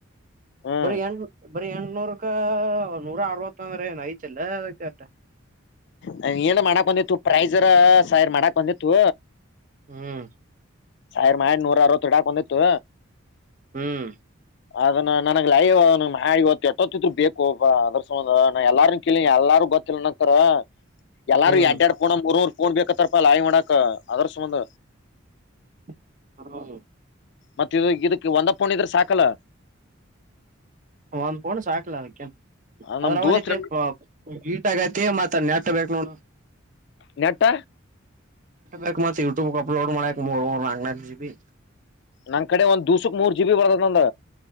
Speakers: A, on the left; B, on the right.
A: ಹ್ಮ್
B: ಬರಿ ಎಂ ಬರಿ ಎಂಟನೂರಕ್ಕ ನೂರ ಅರವತ್ತ ಅಂದ್ರ ಏನ್ ಐತಲ್ಲ ಅದಕ್ಕೆ.
A: ನ ಏನ ಮಾಡಾಕ್ ಬಂದಿತ್ತು ಪ್ರೈಜರ ಸಾಯರ್ ಮಾಡಾಕ್ ಬಂದಿತ್ತು
B: ಹ್ಮ್.
A: ಸಾವಿರ ಮಹ ನೂರ ಅರವ ಹಿಡಾಕಂದಿತ್ತು
B: ಹ್ಮ್.
A: ಅದನ್ನ ನನಗ್ ಲೈವ್ ಅದಿ ಇವ ಎಟ್ಟತ್ತ ಇದ್ ಬೇಕು ಅದ್ರ ಸಂಬಂಧ ಎಲ್ಲಾರ ಕೇಳ ಎಲ್ಲಾರ <unintelligible> ಎಲ್ಲಾರು
B: ಹ್ಮ್
A: ಎಡ್್ಯಾಡ್ ಪೋಣ ಮೂರರ್ ಕೋೊಂಡ್ ಬೇಕತ್ತಾರಪ ಲಾಯಿ ಮಾಡಕ್ ಅದ್ರ ಸುಮಂದ
B: <unintelligible>
A: ಮತ್ತ ಇದು ಇದಕ್ ಒಂದ ಫೋನ್ ಇದ್ರೆ ಸಾಕಲ್ಲ.
B: ಒಂದ್ ಪೌಂಡ್ ಸಾಕ್ಲ ಅದಕ್ಕೆ.
A: ಆ, ನಮ್
B: ಅದ್ರ
A: ದೋಸ್ತ್
B: ಒಂದ್ಿಟ್ಟ ಹೀಟ್ ಆಗೈತಿ ಮತ್ತ ನೆಟಬೇಕ್ ನೋ
A: ನೆಟ್ಟ
B: ಹಕ್ ಮತ್ತತ್ ಯೂಟ್ಯೂಬ್ಕ್ ಅಪ್ಲೋಡ್ ಮಾಡ್ಯಾಕ್ ಮೂರ್ ಮೂರು ನಾಂಗನಾ ಜೀಬಿ
A: ನಂಗ್ ಕಡೆ ಒಂದ್ ದೂಸಕ್ ಮೂರ್ ಜಿ ಬಿ ಬರ್ದದ್ ನಂದ.